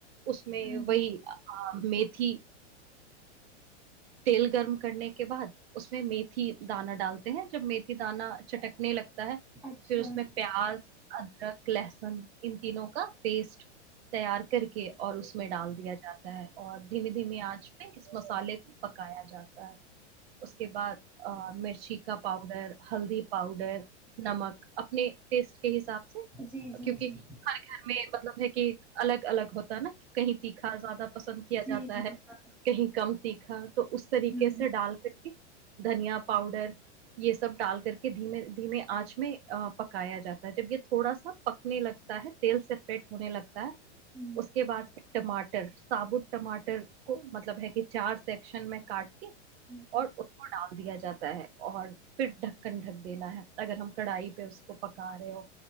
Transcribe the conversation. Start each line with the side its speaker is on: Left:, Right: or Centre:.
Right: اس میں
Centre: ہوں
Right: وہی
Centre: ہ
Right: میتھی تیل گرم کرنے کے بعد اس میں میتھی دانہ ڈالتے ہیں جب میتھی دانہ چٹکنے لگ
Centre: اچھا
Right: پھر اس میں پیاز ادرک لہسن ان ت نو کا پیسٹ تیار کر کے اور اس میں ڈال دیا جاتا ہے اور دھیمے دھیمے آنچ پہ اس مسالے کو پکایا جاتا ہے اس کے بعد مرچی کا پاؤڈر ہلدی پاؤڈر نمک اپنے ٹیسٹ کے حساب سے
Centre: جی جی
Right: کیونکہ
Centre: جی
Right: ہر گھر میں کہ الگ الگ ہوتا کہیں تیکھا زیادہ پسند کیا
Centre: جی
Right: جاتا
Centre: جی
Right: ہے
Centre: ہاں
Right: کہیں کم تیکھا تو اس طریقے
Centre: ہوں
Right: سے ڈال کر ہی دھنیا پاؤڈر یہ سب ڈال کر کے دھیمے دھیمے آنچ میں پکایا جاتا ہے جب یہ تھوڑا سا پکنے لگتا ہے تیل سے پیٹ ہونے لگتا اس
Centre: ہ
Right: کے بعد پھر ٹماٹر سابوت ٹماٹر کو مطلب ہے کہ چار سیکشن میں کاٹ
Centre: ہوں
Right: اور اس کو ڈال دیا جاتا ہے اور پھر ڈھکن ڈھک دینا ہے اگر ہم کڑھائی پہ اس کو پکا رہے ہو